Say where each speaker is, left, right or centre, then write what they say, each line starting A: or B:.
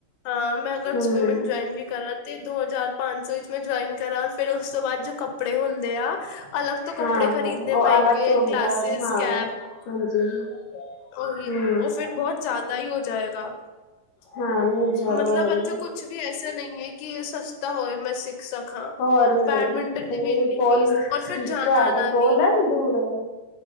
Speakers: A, on the left (about 85°); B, on the left (about 65°).
A: ਹਾਂ ਮੈਂ ਅਗਰ
B: ਹਮ
A: ਸਵੀਮਿੰਗ ਜੋਇਨ ਵੀ ਕਰਾਂ ਤੇ ਦੋ ਹਜ਼ਾਰ ਪੰਜ ਸੌ ਇਚ ਮੈਂ ਜੋਇਨ ਕਰਾਂ, ਫਿਰ ਓਸ ਤੋਂ ਬਾਦ ਜੋ ਕੱਪੜੇ ਹੁੰਦੇ ਆ, ਅਲੱਗ ਤੋ ਕੱਪੜੇ
B: ਹਾਂ
A: ਖਰੀਦਨੇ
B: ਹਾਂ ਉਹ
A: ਪਏਂਗੇ,
B: ਅਲੱਗ ਤੋਂ
A: ਗਲਾਸਿਸ,
B: ਹੁੰਦਾ ਹਾਂ
A: ਕੈਪ
B: ਹਾਂਜੀ
A: ਓਹੀ,
B: ਹਮ
A: ਓ ਫੇਰ ਬੋਹਤ ਜਾ ਦਾ ਹੋ ਜਾਏਗਾ,
B: ਹਾਂ ਨਹੀਂ ਜ਼ਿਆਦਾ
A: ਮਤਲਬ
B: ਹੋ ਜਾਂਦਾ
A: ਅੱਛਾ, ਕੁਛ ਵੀ ਐਸਾ ਨਈ ਏ ਕਿ ਸਸ ਤਾ ਹੋਏ ਮੈ ਸਿਖ ਸੱਖਾ,
B: ਹੋਰ ਨਹੀਂ
A: ਬੈਡਮਿੰਟਨ ਦੀ ਵੀ ਇਨੀ
B: ਕੋਲ
A: ਫੀਸ
B: ਘਰ
A: ਔਰ ਫੇਰ ਜਾਨਾ ਆਨਾ
B: ਦੇ ਕੋਲ
A: ਵੀ
B: ਆ ਦੂਰ ਆ